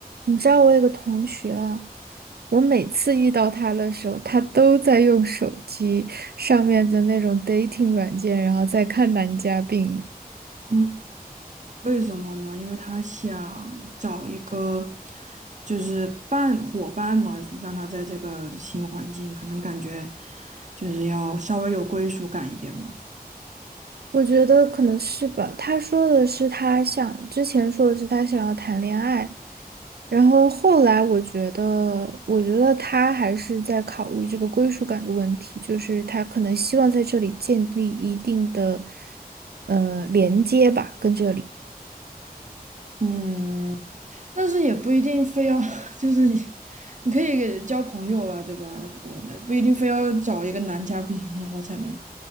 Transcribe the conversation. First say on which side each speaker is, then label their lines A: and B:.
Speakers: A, on the right; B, on the right.
A: 你知道我有个同学啊，我每次遇到他的时候，他都在用手机上面的那种 dating 软件，然后在看男嘉宾。
B: 嗯，为什么呢？因为他想找一个就是伴伙伴嘛，让他在这个新环境，可能感觉就是要稍微有归属感一点嘛。
A: 我觉得可能是吧。他说的是他想，之前说的是他想要谈恋爱，然后后来我觉得，我觉得他还是在考虑这个归属感的问题，就是他可能希望在这里建立一定的呃连接吧，跟这里。
B: 嗯，但是也不一定非要，<laughs> 就是你可以给交朋友啊，对吧？我的不一定非要找一个男嘉宾，然后才能